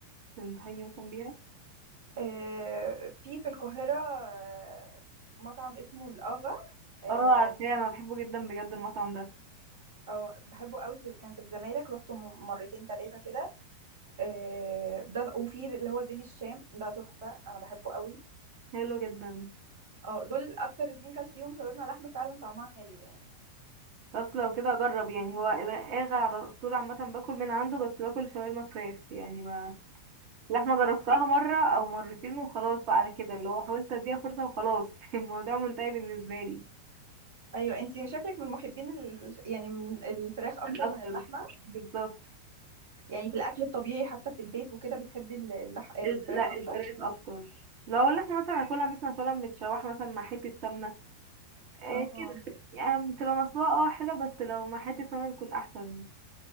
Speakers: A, on the right; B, on the right.
A: تنصحيني مثلا بيها
B: آه في في القاهره آه مطعم اسمه الاغا آه
A: اه عارفاه انا بحبه جدا بجد المطعم ده
B: أو بحبه قوي في كان في الزمالك روحته م- مرتين ثلاثه كده آه ده ال- وفي اللي هو زين الشام ده تحفه انا بحبه قوي
A: حلو جدا
B: اه دول اكتر اتنين كلت فيهم شاورما لحمه فعلا طعمها حلو يعني
A: بس لو كده اجرب يعني هو الغاغا على طول عامه باكل من عنده بس باكل شاورما فراخ يعني ما لحمه جربتها مره او مرتين وخلاص بقى على كده اللي هو حاولت اديها فرصه وخلاص <laughs> الموضوع منتهي بالنسبه لي
B: ايوه انتي شكلك من محبين ال... يعني من الفراخ اكتر
A: اكتر
B: من اللحمه
A: بالظبط
B: يعني في الاكل الطبيعي حتى في البيت وكده بتحبي ال- اللح... الفراخ
A: ال- لا
B: اكتر
A: الفراخ اكتر لو اللحمه مثلا هاكلها مثلا هاكلها متشوحه مثلا مع حته سمنه آه
B: اه
A: كده يعني بتبقى مسلوقه اه حلوه بس لو مع حته سمنه بتكون احسن